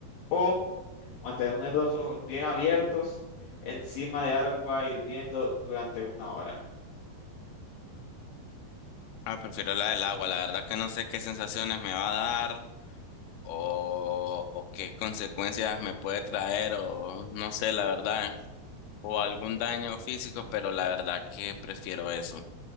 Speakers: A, on the left; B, on the left.
A: o mantener los ojos bien abiertos encima de agua hirviendo durante una hora.
B: Ah, prefiero la del agua, la verdad que no sé qué sensaciones me va a dar o, o qué consecuencias me puede traer o no sé, la verdad, o algún daño físico, pero la verdad que prefiero eso.